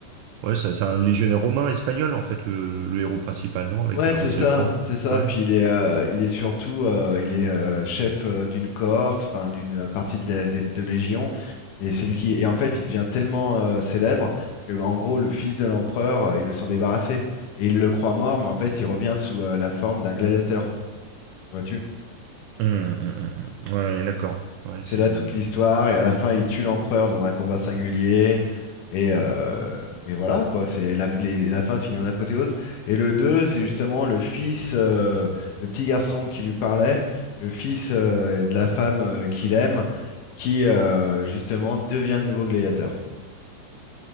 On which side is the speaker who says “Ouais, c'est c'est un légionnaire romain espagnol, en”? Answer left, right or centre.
Right